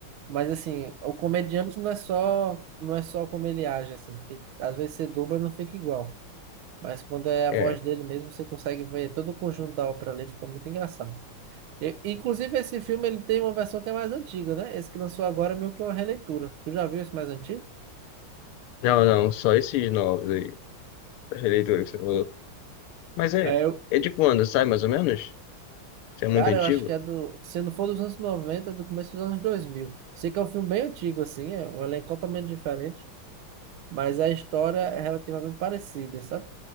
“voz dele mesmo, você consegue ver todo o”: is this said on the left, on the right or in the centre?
Right